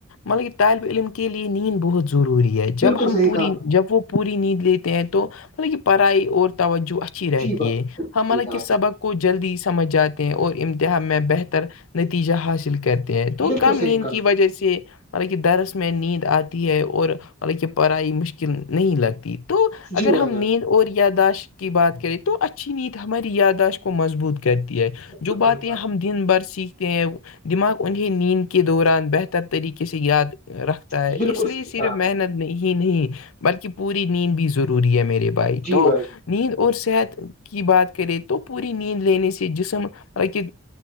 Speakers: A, on the left (about 75°); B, on the left (about 35°).
A: مطلب طالب علم کے لیے نیند بہت ضروری ہے
B: بالکل
A: جب ہم
B: صحیح
A: پوری
B: کہا آپ
A: جب وہ پوری نیند لیتے ہیں تو مطلب کہ پڑھائی اور توجہ اچھی رہتی
B: جی بات
A: ہے ہم
B: صحیح
A: مطلب
B: کہا
A: کہ
B: آپ
A: سبق
B: نے
A: کو جلدی سمجھ جاتے ہیں اور امتہ میں بہتر نتیجہ حاصل کہتے ہیں تو
B: بالکل
A: کم
B: صحیح
A: نیند
B: کہا
A: کی
B: آپ
A: وجہ
B: نے
A: سے مطلب کہ درس میں نیند آتی ہے اور مطلب کہ پڑھائی مشکل نہیں لگتی تو
B: جی
A: اگر
B: بھائی
A: ہم
B: جان
A: نیند اور یاداشت کی بات کریں تو اچھی نیند ہماری یاداشت کو مضبوط کرتی ہے جو
B: بالکل صحیح
A: بات یہ
B: کہا آپ
A: ہم دن بھر سیکھتے ہیں دماغ انہیں نیند کے دوران بہتر طریقے سے یاد رکھتے
B: نے، بالکل
A: اس لیے
B: صحیح
A: صرف
B: کہا آپ
A: محنت
B: نے
A: نہیں بلکہ پوری نیند بھی ضروری ہے میرے بھائی
B: جی
A: تو
B: جان،
A: نیند اور صحت کی بات کرے تو پوری نیند لینے سے جسم کہ